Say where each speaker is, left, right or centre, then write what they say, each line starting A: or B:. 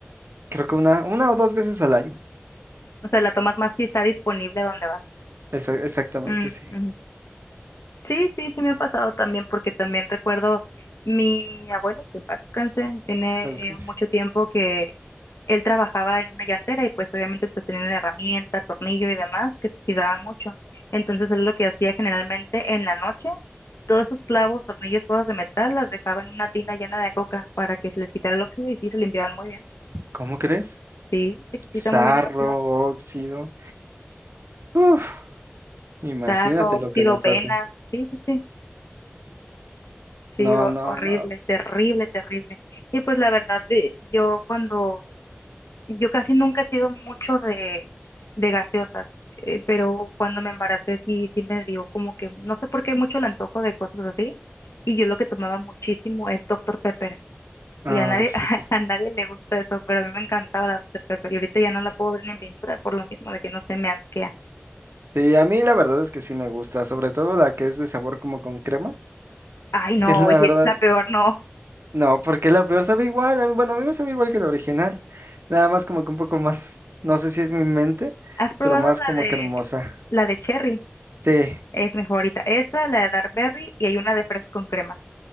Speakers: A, on the right (about 60°); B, on the left (about 80°).
A: creo que una, una o dos veces al año.
B: O sea, la tomas más si está disponible donde vas.
A: Esa- exactamente,
B: Mm,
A: sí.
B: ujú. Sí, sí, sí me ha pasado también, porque también recuerdo mi abuelo, que en paz descanse, tiene
A: cosas como
B: eh, mucho
A: así.
B: tiempo que él trabajaba en una llantera y pues obviamente pues tenía una herramienta, tornillo y demás que se oxidaba mucho. Entonces él lo que hacía generalmente en la noche, todos esos clavos, tornillos, cosas de metal, las dejaba en una tina llena de coca para que se les quitara el óxido y sí, se limpiaban muy bien.
A: ¿Cómo crees?
B: Sí, se
A: Sarro,
B: quita muy bien el óxido.
A: óxido. Uf, imagínate
B: Sarro,
A: lo
B: óxido,
A: que nos
B: venas,
A: hace.
B: sí, sí, sí. Sí,
A: No,
B: ho-
A: no,
B: horrible,
A: no.
B: terrible, terrible. Y pues la verdad, de- yo cuando, yo casi nunca he sido mucho de, de gaseosas, eh, pero cuando me embaracé sí, sí me dio como que, no sé por qué mucho el antojo de cosas así. Y yo lo que tomaba muchísimo es Doctor Pepper.
A: no,
B: Y a nadie,
A: no, doctor.
B: <laughs> a nadie le gusta eso, pero a mí me encantaba la Doctor Pepper. Y ahorita ya no la puedo ver ni en pintura por lo mismo de que no se me asquea.
A: Sí, a mí la verdad es que sí me gusta, sobre todo la que es de sabor como con crema,
B: Ay, no,
A: <laughs> que la
B: oye,
A: verdad,
B: es la peor, no.
A: no, porque la peor sabe igual, a mí- bueno, a mí me sabe igual que la original, nada más como que un poco más, no sé si es mi mente,
B: ¿Has probado
A: pero más
B: la
A: como
B: de,
A: que hermosa.
B: la de Cherry?
A: Sí.
B: Es mi favorita. Esa, la de Dark Berry y hay una de fresas con crema.